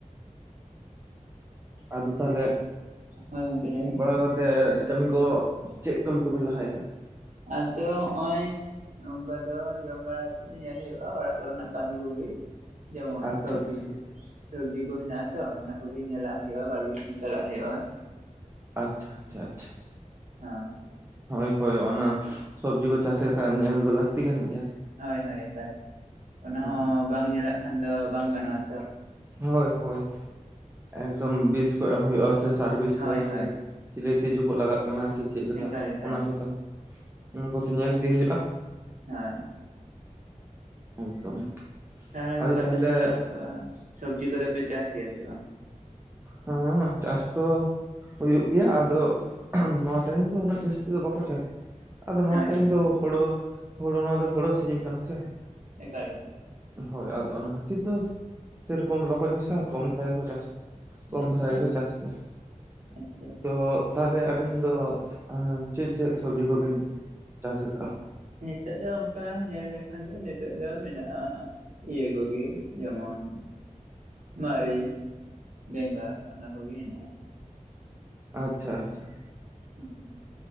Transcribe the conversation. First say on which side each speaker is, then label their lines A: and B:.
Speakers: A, on the right (about 20°); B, on the right (about 70°).
A: ᱟᱫᱚ ᱛᱟᱦᱚᱞᱮ
B: ᱦᱳᱭ ᱜᱚᱝᱠᱮ ᱞᱟᱹᱭ
A: ᱡᱚᱢ
B: ᱢᱮ
A: ᱵᱟᱲᱟ ᱠᱟᱛᱮᱫ ᱠᱟᱹᱢᱤ ᱠᱚ ᱪᱮᱫ ᱠᱟᱹᱢᱤ ᱠᱚᱵᱤᱱ ᱞᱟᱦᱟᱭᱟ?
B: ᱟᱫᱚ ᱦᱚᱜᱼᱚᱭ ᱚᱱᱠᱟ ᱫᱚ ᱡᱚᱢ ᱵᱟᱲᱟ ᱠᱟᱛᱮᱫ ᱜᱤ ᱧᱮᱞ ᱦᱩᱭᱩᱜ-ᱟ ᱚᱲᱟᱜ ᱠᱚ ᱨᱮᱱᱟᱜ ᱠᱟᱹᱢᱤ ᱠᱚᱜᱤ᱾ ᱡᱮᱢᱚᱱ
A: ᱟᱪᱪᱷᱟ
B: ᱥᱚᱵᱽᱡᱤ
A: ᱟᱪᱪᱷᱟ
B: ᱠᱩ ᱥᱚᱵᱽᱡᱤ ᱠᱚ ᱦᱮᱱᱟᱜ-ᱟ ᱛᱚ ᱚᱱᱟ ᱠᱚᱜᱮ ᱧᱮᱞᱟᱜ ᱦᱩᱭᱩᱜ-ᱟ ᱵᱟᱲᱜᱤ ᱥᱤᱱ ᱪᱟᱞᱟᱜ ᱦᱩᱭᱩᱜ-ᱟ᱾
A: ᱟᱪᱷᱟ ᱟᱪᱪᱷᱟ ᱟᱪᱪᱷᱟ
B: ᱦᱮᱸ
A: ᱦᱳᱭ ᱦᱳᱭ ᱚᱱᱟ ᱥᱚᱵᱽᱡᱤ ᱠᱚ ᱪᱟᱥ ᱞᱮᱠᱟ ᱧᱮᱞ ᱫᱚ ᱞᱟᱹᱠᱛᱤ ᱠᱟᱱ ᱜᱮᱭᱟ᱾
B: ᱦᱳᱭ ᱦᱳᱭ ᱮᱠᱟᱞ ᱚᱱᱟ
A: ᱦᱮᱸ
B: ᱦᱚᱸ ᱵᱟᱝ ᱧᱮᱞᱟᱜ ᱠᱷᱟᱱ ᱫᱚ ᱵᱟᱝ ᱜᱟᱱᱚᱜ-ᱟ ᱛᱚ᱾
A: ᱦᱳᱭ ᱦᱳᱭ ᱮᱠᱫᱚᱢ ᱵᱤᱥ ᱠᱚ ᱮᱢ ᱦᱩᱭᱩᱜ-ᱟ ᱥᱮ ᱥᱟᱨ ᱵᱤᱥ
B: ᱦᱳᱭ
A: ᱠᱚ
B: ᱦᱳᱭ
A: ᱥᱮ ᱪᱤᱞᱤ ᱛᱤᱡᱩ ᱠᱚ ᱞᱟᱜᱟᱜ ᱠᱟᱱᱟ ᱥᱮ ᱪᱮᱫ ᱞᱮᱠᱟ
B: ᱮᱠᱟᱞ ᱮᱠᱟᱞ
A: ᱚᱱᱟ ᱠᱚᱫᱚ ᱚᱱᱟ ᱠᱚᱛᱮ ᱧᱮᱞ ᱤᱫᱤ ᱦᱩᱭᱩᱜ-ᱟ᱾
B: ᱦᱮᱸ
A: ᱮᱠᱫᱚᱢ,
B: ᱦᱮᱸ ᱜᱚᱝᱠᱮ
A: ᱟᱫᱚ
B: ᱟᱯᱮ
A: ᱛᱟᱦᱚᱞᱮ
B: ᱥᱮᱱ <inaudible> ᱥᱚᱵᱽᱡᱤ ᱠᱚᱫᱚ ᱯᱮ ᱪᱟᱥ ᱜᱮᱭᱟ ᱥᱮ ᱵᱟᱝ?
A: ᱦᱚᱸ ᱪᱟᱥ ᱛᱚ ᱦᱩᱭᱩᱜ ᱜᱮᱭᱟ ᱟᱫᱚ ᱱᱚᱣᱟ ᱴᱟᱭᱤᱢ ᱫᱚ ᱩᱱᱟᱹᱜ ᱡᱟᱹᱥᱛᱤ ᱫᱚ ᱵᱟᱠᱚ ᱪᱟᱥᱟ᱾ ᱟᱫᱚ ᱱᱚᱣᱟ
B: ᱦᱳᱭ
A: ᱴᱟᱭᱤᱢ
B: ᱦᱳᱭ
A: ᱫᱚ ᱦᱳᱲᱳ ᱦᱳᱲᱳ ᱱᱚᱣᱟ ᱫᱚ ᱦᱳᱲᱳ ᱥᱤᱡᱤᱱ ᱠᱟᱱᱟ ᱥᱮ᱾
B: ᱮᱠᱟᱞ ᱮᱠᱟᱞ,
A: ᱦᱳᱭ ᱟᱫᱚ ᱚᱱᱟ ᱠᱷᱟᱹᱛᱤᱨ ᱫᱚ ᱥᱮᱨᱚᱠᱚᱢ ᱵᱟᱠᱚ ᱪᱟᱥᱟ ᱠᱚᱢ ᱫᱷᱟᱨᱟ ᱜᱮᱠᱚ ᱪᱟᱥᱟ, ᱠᱚᱢ
B: ᱟᱪᱪᱷᱟ
A: ᱫᱷᱟᱨᱟ ᱜᱮᱠᱚ ᱪᱟᱥ ᱜᱮᱭᱟ᱾
B: ᱟᱪᱪᱷᱟ
A: ᱛᱚ ᱛᱟᱦᱚᱞᱮ ᱟᱵᱤᱱ ᱫᱚ ᱮᱸ ᱪᱮᱫ ᱪᱮᱫ ᱥᱚᱵᱽᱡᱤ ᱠᱚᱵᱤᱱ ᱪᱟᱥ ᱟᱠᱟᱜ-ᱟ?
B: ᱱᱤᱛᱚᱜ ᱫᱚ ᱚᱱᱠᱟ ᱧᱮᱞ ᱞᱮᱠᱷᱟᱱ ᱫᱚ ᱱᱤᱛᱚᱜ ᱢᱮᱱᱟᱜ-ᱟ ᱰᱤᱭᱟᱹ ᱠᱚᱜᱮ ᱡᱮᱢᱚᱱ ᱢᱟᱹᱨᱤᱪ, ᱵᱮᱸᱜᱟᱲ, ᱚᱱᱟ ᱠᱚᱜᱮ ᱦᱮᱱᱟᱜ-ᱟ᱾
A: ᱟᱪᱪᱷᱟ ᱟᱪᱪᱷᱟ ᱾
B: ᱦᱮᱸ᱾